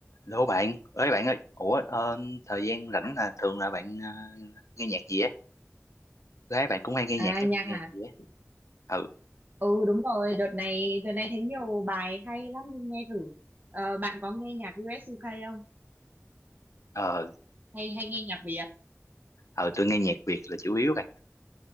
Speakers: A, on the left (about 80°); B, on the right (about 35°).
A: Hello bạn, ơi bạn ơi, ủa ờ, thời gian rảnh là thường là bạn ờ, nghe nhạc gì á? Gái bạn cũng hay nghe
B: À
A: nhạc, các
B: nhạc
A: bạn nghe
B: hả?
A: nhạc gì á? Ừ,
B: Ừ đúng rồi, đợt này đợt này thấy nhiều bài hay lắm nên nghe thử. Ờ, bạn có nghe nhạc US UK không?
A: ờ,
B: Hay hay nghe nhạc Việt?
A: ờ, tôi nghe nhạc Việt là chủ yếu bạn,